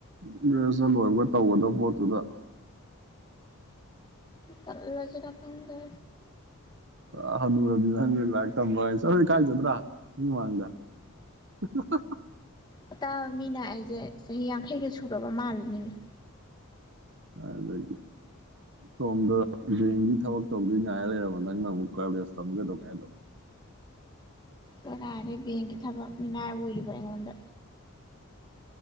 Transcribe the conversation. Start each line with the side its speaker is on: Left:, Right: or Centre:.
Right: ꯒ꯭ꯔꯦꯖꯨꯌꯦꯁꯟ ꯂꯣꯏꯕꯒ ꯇꯧꯒꯗꯕ ꯄꯣꯠꯇꯨꯗ
Left: ꯇꯜꯂꯖꯤꯔ ꯈꯪꯗꯦ
Right: ꯑ ꯍꯅꯨꯔꯕꯤ ꯅꯪꯅ ꯂꯥꯢꯔꯤꯛ ꯇꯝꯕꯀꯥꯢ ꯆꯂꯨ ꯀꯥꯏꯖꯗ꯭ꯔꯥ ꯃꯤ ꯃꯃꯥꯡꯗ ꯍꯍ
Left: ꯑꯇꯥꯕ ꯃꯤꯅ ꯑꯩꯖꯦ ꯆꯍꯤ ꯌꯥꯡꯈꯩꯒ ꯁꯨꯔꯕ ꯃꯥꯜꯂꯅꯤꯃꯤ
Right: ꯑꯗꯒꯤ ꯁꯣꯝꯗ ꯕꯦꯡꯒꯤ ꯊꯕꯛ ꯇꯧꯗꯨꯏ ꯉꯥꯏꯔ ꯂꯩꯔꯕ ꯅꯪꯅ ꯑꯃꯨꯛ ꯀꯔꯂꯦꯁ ꯇꯝꯃ ꯀꯩꯗꯧꯒꯦ ꯍꯥꯏꯅꯣ
Left: ꯀꯅꯥꯗꯩ ꯕꯦꯡꯛꯀꯤ ꯊꯕꯛ ꯃꯤꯅꯥꯏ ꯑꯣꯏꯔꯤꯕ ꯑꯩꯉꯣꯟꯗ